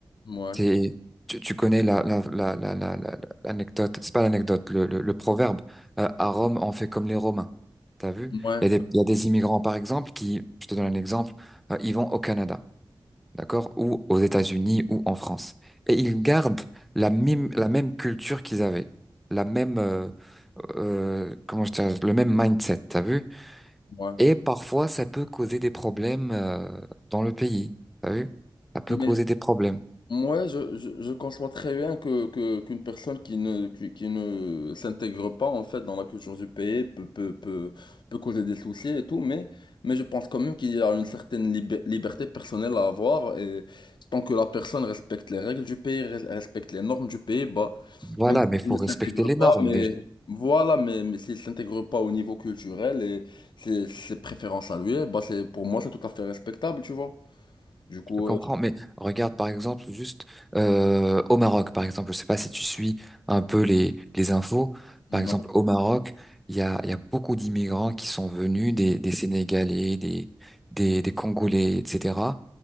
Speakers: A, on the left; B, in the centre.
A: Ouais,
B: C'est, tu, tu connais la, la, la, la, la, la- l'anecdote, c'est pas l'anecdote, le, le, le proverbe, euh, à Rome, on fait comme les Romains. T'as vu?
A: ouais,
B: Il y a des, il y a des immigrants, par exemple, qui, je te donne un exemple, euh, ils vont au Canada, d'accord? Ou aux États-Unis ou en France. Et ils gardent la même, la même culture qu'ils avaient, la même, euh, euh, comment je dirais, le même mindset, t'as vu?
A: ouais.
B: Et parfois, ça peut causer des problèmes euh, dans le pays. T'as vu? Ça peut
A: Mais
B: causer des problèmes.
A: Moi, je, je, je conçois très bien que, que- qu'une personne qui ne, qui, qui ne s'intègre pas en fait dans la culture du pays peut, peut, peut, peut causer des soucis et tout, mais, mais je pense quand même qu'il y a une certaine lib- liberté personnelle à avoir et tant que la personne respecte les règles du pays, res- respecte les normes du pays, bah,
B: Voilà,
A: même
B: mais il
A: s'il
B: faut
A: ne
B: respecter
A: s'intègre
B: les normes
A: pas, mais
B: déjà.
A: voilà, mais, mais s'il ne s'intègre pas au niveau culturel et ses, ses préférences à lui, bah, c'est, pour moi, c'est tout à fait respectable, tu vois. Du coup,
B: Je comprends,
A: euh,
B: mais regarde par exemple juste euh, au Maroc, par exemple, je sais pas si tu suis un peu les, les infos.
A: non.
B: Par exemple, au Maroc, il y a, il y a beaucoup d'immigrants qui sont venus, des, des Sénégalais, des, des, des Congolais, etc.